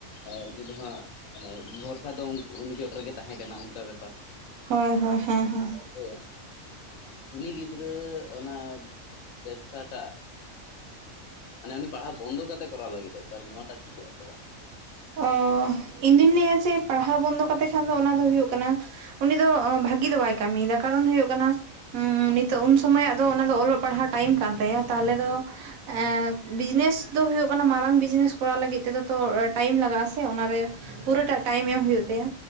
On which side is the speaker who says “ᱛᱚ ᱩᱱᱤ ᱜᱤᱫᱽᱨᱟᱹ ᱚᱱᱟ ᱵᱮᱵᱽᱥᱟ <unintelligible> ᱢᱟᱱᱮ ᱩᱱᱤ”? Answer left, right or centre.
Left